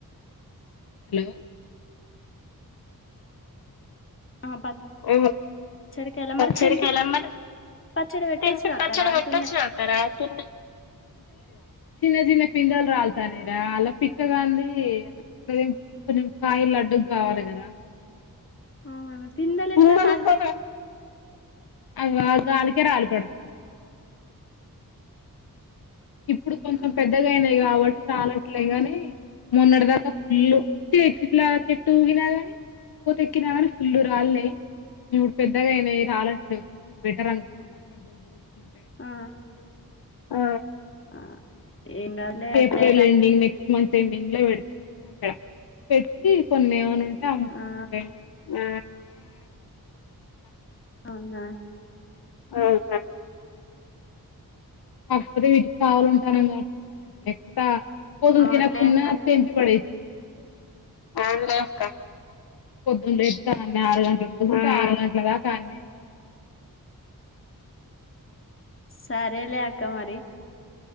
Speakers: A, on the left (about 80°); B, on the left (about 35°).
A: హలో
B: ఆహా
A: ఓహో
B: పచ్చడికాయలా
A: పచ్చడ
B: మరి తెంపి
A: కాయల మల్ల
B: పచ్చడి పెట్టొచ్చుగా
A: తెంపి పచ్చడి
B: అక్క రాలుతున్నాయిగా
A: పెట్టొచ్చు కదా అక్క మరి పింలు రాలతానేరా అలా పిక్కగాంది ఇట్లా ఏంకుంట కొంచెం కాయ లడ్డుకు కావాలి కదా హలో
B: అవునా
A: పిందెలు
B: ఎట్లా రాలుతాయి
A: ఉన్నాయి ఆ గాలికి రాలిపోతానాయి <unintelligible> ఇప్పుడు కొంచెం
B: ఆహా
A: పెద్దగాయినా కాబట్టి రాలట్లే గాని మొన్నటిదాకా దాకా ఫుల్ వచ్చ ఇట్లా చెట్టు ఊగినా ని ఉదయ్కిని గని ఫుల్ రాలినయి కొంచెం ఇప్పుడు పెద్దగా అనావి రాలట్లే కొంచెం బెటర్ అనుకోవ అప్పటితో పోల్
B: ఆ
A: ఆ
B: ఆ ఏం కాదులే
A: April
B: ఇప్పుడే
A: ending next month ending పెడతాం పచ్చడ పెట్టి కొన్ని ఏమైనా తక
B: ఆ
A: ఉ
B: అవునా
A: ఆఅఉ కాకపోతే వీటికి కావలు ఉంటానని కాబట్టి ఉంటాన లేకపోతే కోతులు
B: అవునులే
A: తినకు పోయినా
B: అక్క
A: తెంపీ పడ అవునుగా అక్క పొద్దున లేత ఆరు గంటలకు ఆరు గంటల దాకా అన్ని
B: సరేలే అక్క మరి